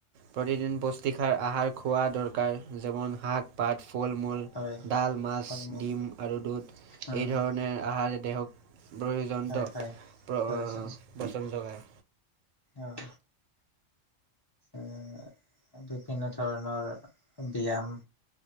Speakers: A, on the right; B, on the left.
A: প্ৰতিদিন পুষ্টিকাৰ আহাৰ খোৱা দৰকাৰ, যেমন শাক- পাত, ফল - মূল।
B: হয়
A: ডাল, মাছ,
B: ফল মূল
A: ডিম আৰু দুধ এই
B: উম
A: ধৰণৰ আহাৰে দেহক প্ৰয়ো জন্ত,
B: হয় হয়
A: প্ৰ
B: প্ৰয়োজন
A: পচন যোগায়।
B: অঁহ। এঁ বিভিন্ন ধৰণৰ ব্যাম।